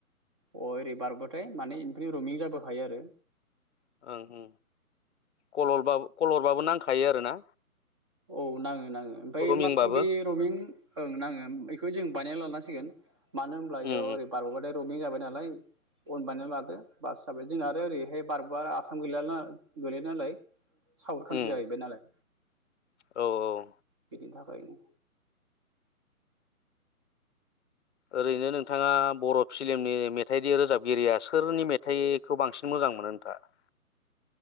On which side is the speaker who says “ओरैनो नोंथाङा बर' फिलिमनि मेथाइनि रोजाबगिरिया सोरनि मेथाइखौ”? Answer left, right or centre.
Left